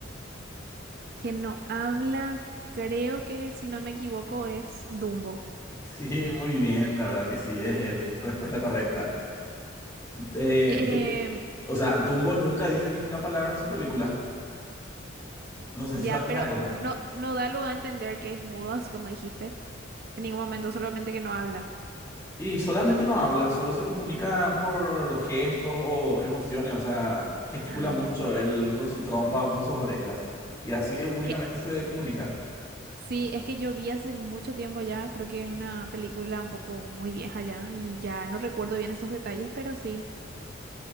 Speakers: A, on the right; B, on the left.
A: Quien no habla, creo que si no me equivoco es Dumbo.
B: Sí, muy bien, la verdad que sí, es él. Respuesta correcta. Eh,
A: Eh,
B: Du- o sea, Dumbo nunca dice ninguna palabra en su película. No sé
A: ya,
B: si sabías
A: pero
B: eso.
A: no, no da lugar a entender que es mudo, así como dijiste. En ningún momento, solamente que no habla.
B: Y solamente no habla, solo se comunica por gestos o emociones. O sea, gesticula
A: Ah,
B: mucho él con su trompa o con sus orejas. Y así únicamente
A: es que
B: se comunica.
A: sí, es que yo vi hace mucho tiempo ya, creo que es una película un poco muy vieja ya y ya no recuerdo bien esos detalles, pero sí,